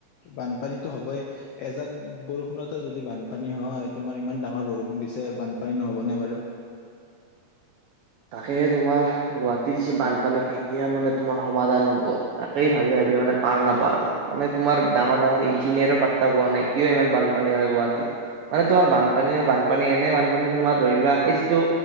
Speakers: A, on the left (about 85°); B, on the right (about 80°).
A: বানপানীটো হবই এজাক বৰষুণতে যদি বানপানী হয় তোমাৰ ইমান ডাঙৰ বৰষুণ বৰষুণ দিছে বানপানী নহ'বনে বাৰু
B: তাকেহে তোমাৰ গুৱাহাটীৰ যি বানপানী কেতিয়া মানে তোমাৰ সমাধান হ'ব তাকেই ভাবি-ভাবি মানে পাৰ নাপাওঁ আৰু। মানে তোমাৰ ডাঙৰ-ডাঙৰ ইঞ্জিনিয়াৰো পাৰ্তা পোৱা নাই কিয় ইমান বানপানী হয় গুৱাহাটীত। মানে তোমাৰ বানপানী-বানপানী এনে বানপানী তোমাৰ ধৰি লোৱা এই যিটো